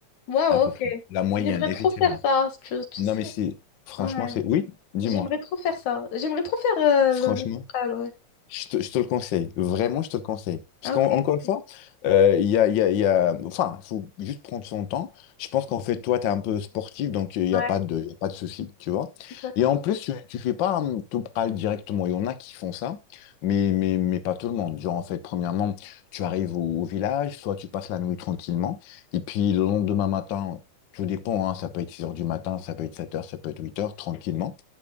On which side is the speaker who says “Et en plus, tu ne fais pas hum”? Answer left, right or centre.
Left